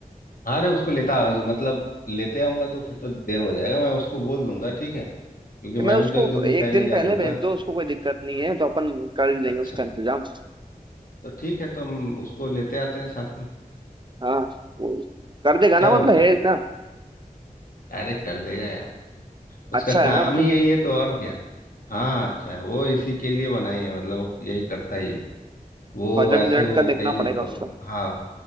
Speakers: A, on the left; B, on the right.
A: हाँ अरे उसको लेता मतलब लेते आऊंगा तो फिर तो देर हो जाएगा मैं उसको बोल दूंगा ठीक है क्योंकि मैं
B: मैं
A: भी
B: उसको
A: तो एक दो दिन
B: एक
A: पहले
B: दिन
A: ही आ
B: पहले
A: जाऊंगा
B: भेज दो उसको कोई दिक्कत नहीं है तो अपन कर ही लेंगे
A: अच्छा
B: उसका इंतजाम
A: तो ठीक है तो हम उसको लेते आते हैं साथ में
B: हाँ वो कर देगा
A: क्या
B: ना मतलब
A: बोलता
B: है
A: है
B: ना
A: अरे कर देगा यार उसका
B: अच्छा
A: काम
B: है ना मतलब
A: ही यही है तो और क्या हाँ अच्छा है वो इसी के लिए बनाई है मतलब वो यही करता ही है वो
B: बजट
A: ऐसे
B: वजट
A: वो
B: का देखना
A: कहीं
B: पड़ेगा उसको
A: हाँ